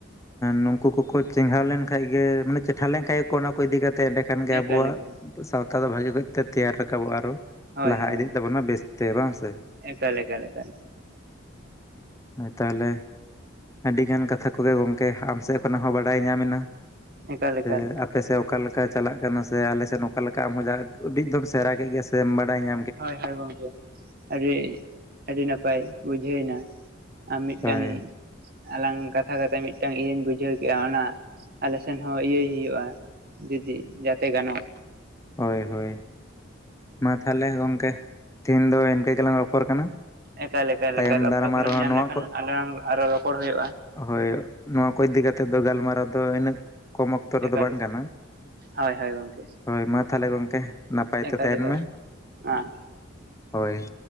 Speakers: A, on the left; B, on the right.
A: ᱱᱩᱠᱩ ᱠᱚᱠᱚ ᱪᱮᱸᱜᱷᱟᱣ ᱞᱮᱱᱠᱟᱱᱡ ᱜᱮ ᱢᱟᱱᱮ ᱪᱮᱴᱷᱟ ᱞᱮᱱ ᱠᱷᱟᱱ ᱜᱮ ᱠᱚ ᱚᱱᱟ ᱠᱚ ᱤᱫᱤ ᱠᱟᱛᱮ ᱮᱸᱰᱮ ᱠᱷᱟᱱ ᱜᱮ
B: ᱮᱠᱟᱞ
A: ᱟᱵᱚᱣᱟᱜ
B: ᱮᱠᱟᱞ
A: ᱥᱟᱶᱛᱟ ᱫᱚ ᱵᱷᱟᱜᱤ ᱠᱚᱡᱛᱮ ᱛᱮᱭᱟᱨ ᱨᱟᱠᱟᱵᱚᱜᱼᱟ ᱟᱨᱚ
B: ᱦᱳᱭ
A: ᱞᱟᱦᱟ
B: ᱦᱳᱭ
A: ᱤᱫᱤᱜ ᱛᱟᱵᱚᱱᱟ, ᱵᱮᱥ ᱛᱮ ᱵᱟᱝ ᱥᱮ?
B: ᱮᱠᱟᱞ ᱮᱠᱟᱞ ᱮᱠᱟᱞ᱾
A: ᱦᱭ ᱛᱟᱦᱚᱞᱮ ᱟᱹᱰᱤᱜᱟᱱ ᱠᱟᱛᱷᱟ ᱠᱚᱜᱮ ᱜᱚᱢᱠᱮ ᱟᱢ ᱥᱮᱫ ᱠᱷᱚᱱᱟᱜ ᱦᱚᱸ ᱵᱟᱰᱟᱭ ᱧᱟᱢᱮᱱᱟ᱾
B: ᱮᱠᱟᱞ ᱮᱠᱟᱞ
A: ᱥᱮ ᱟᱯᱮᱥᱮᱫ ᱚᱠᱟᱞᱮ ᱞᱮᱠᱟ ᱪᱟᱞᱟᱜ ᱠᱟᱱᱟ ᱥᱮ ᱟᱞᱮ ᱥᱮᱫ ᱚᱠᱟ ᱞᱮᱠᱟ ᱟᱢᱦᱚᱸ ᱡᱟᱜ ᱜᱮ ᱟᱹᱰᱤ ᱫᱚᱢ ᱥᱮᱸᱬᱟ ᱠᱮᱫ ᱜᱮᱭᱟ ᱥᱮ᱾ ᱥᱮ ᱵᱟᱰᱟᱭ ᱧ
B: ᱦᱳᱭ ᱦᱳᱭ ᱜᱚᱢᱠᱮ ᱟᱹᱰᱤ, ᱟᱹᱰᱤ ᱱᱟᱯᱟᱭ ᱵᱩᱡᱷᱟᱹᱣ ᱱᱟ᱾ ᱟᱨ ᱢᱤᱫᱴᱟᱝ
A: ᱦᱳᱭ
B: ᱟᱞᱟᱝ ᱠᱟᱛᱷᱟ ᱠᱟᱛᱮᱜ ᱢᱤᱫᱴᱟᱝ ᱤᱭᱟᱹᱧ ᱵᱩᱡᱷᱟᱹᱣ ᱠᱮᱫᱼᱟ, ᱚᱱᱟ ᱟᱞᱮ ᱥᱮᱱ ᱦᱚᱸ ᱤᱭᱟᱹᱭ ᱦᱩᱭᱩᱜᱼᱟ ᱡᱩᱫᱤ ᱡᱟᱛᱮ ᱜᱟᱱᱚᱜ
A: ᱦᱳᱭ ᱦᱳᱭ, ᱢᱟ ᱛᱟᱦᱚᱞᱮ ᱜᱚᱢᱠᱮ ᱛᱮᱦᱮᱧ ᱫᱚ ᱤᱱᱠᱟᱹ ᱜᱮᱞᱟᱝ ᱨᱚᱯᱚᱲ ᱠᱟᱱᱟ᱾
B: ᱮᱠᱟ ᱮᱠᱟᱞ
A: ᱛᱟᱭᱚᱢ
B: ᱮᱠᱟᱞ,
A: ᱫᱟᱨᱟᱢ
B: ᱚᱠᱛᱚ ᱠᱚᱞᱟᱝ
A: ᱟᱨᱦᱚᱸ
B: ᱧᱟᱢ
A: ᱱᱚᱣᱟ
B: ᱞᱮᱠᱷᱟᱱ
A: ᱠᱚ
B: ᱟᱞᱟᱝ, ᱟᱨᱚ ᱨᱚᱯᱚᱲ ᱦᱩᱭᱩᱜᱼᱟ᱾
A: ᱦᱳᱭ ᱱᱚᱣᱟ ᱠᱚ ᱤᱫᱤ ᱠᱟᱛᱮᱫ ᱫᱚ ᱜᱟᱞᱢᱟᱨᱟᱣ ᱫᱚ ᱤᱱᱟᱹᱜ ᱠᱚᱢ ᱚᱠᱛᱚ
B: ᱮᱠᱟᱞ
A: ᱨᱮᱫᱚ ᱵᱟᱝ
B: ᱮᱠᱟᱞ
A: ᱠᱟᱱᱟ᱾
B: ᱦᱳᱭ ᱦᱳᱭ ᱜᱚᱝᱠᱮ
A: ᱦᱳᱭ ᱢᱟ ᱛᱟᱦᱞᱮ ᱜᱚᱢᱠᱮ ᱱᱟᱯᱟᱭ
B: ᱮᱠᱟᱞ
A: ᱛᱮ ᱛᱟᱸᱦᱮᱱ
B: ᱮᱠᱟᱞ
A: ᱢᱮ᱾
B: ᱢᱟ
A: ᱦᱳᱭ